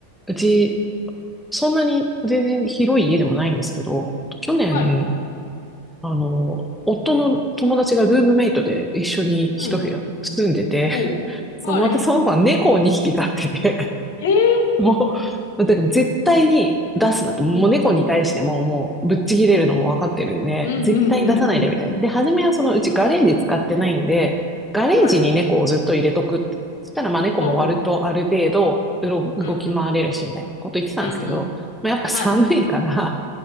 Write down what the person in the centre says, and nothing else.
うち、そんなに全然広い家でもないんですけど、去年、
あの、夫の友達がルームメイトで一緒に一部屋住んでて、
<laughs> そう、
私その子は猫を2匹飼ってて、
もう、だから絶対に出すなと。もう猫に対してももうぶっちぎれるのも分かってるんで、
絶対に出さないでみたいな。で、初めはそのうちガレージ使ってないんで、
ガレージに猫をずっと入れとくって。
そしたらまあ猫も割とある程度うろ動き回れるしみたいなこと言ってたんですけど、
まあ、やっぱ寒いから